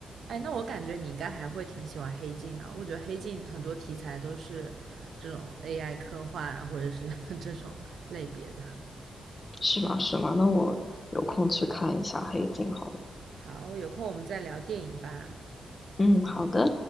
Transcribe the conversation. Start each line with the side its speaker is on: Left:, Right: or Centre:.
Right: 哎，那我感觉你应该还会挺喜欢黑镜的。我觉得黑镜很多题材都是这种 AI 科幻啊或者是 <laughs> 这种类别的。
Left: 是吗？是吗？那我有空去看一下《黑镜》好了。
Right: 好，有空我们再聊电影吧。
Left: 嗯，好的。